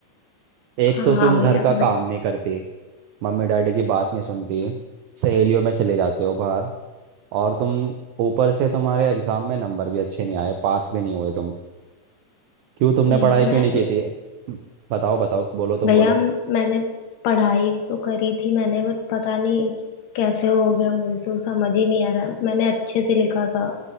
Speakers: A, on the right; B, on the left.
A: एक
B: हाँ
A: तो तुम
B: हाँ भैया
A: घर का
B: भैया
A: काम नहीं करती मम्मी डैडी की बात नहीं सुनती सहेलियों में चले जाते हो बाहर और तुम ऊपर से तुम्हारे एग्जाम में नंबर भी अच्छे नहीं आए पास भी नहीं हुए तुम क्यों तुमने
B: भैया
A: पढ़ाई क्यों
B: मैं
A: नहीं की थी हम्म, बताओ बताओ बोलो तुम
B: भैया
A: बोलो
B: मैंने पढ़ाई तो करी थी मैंने बट पता नहीं कैसे हो गया मुझे तो समझ ही नहीं आ रहा मैंने अच्छे से लिखा था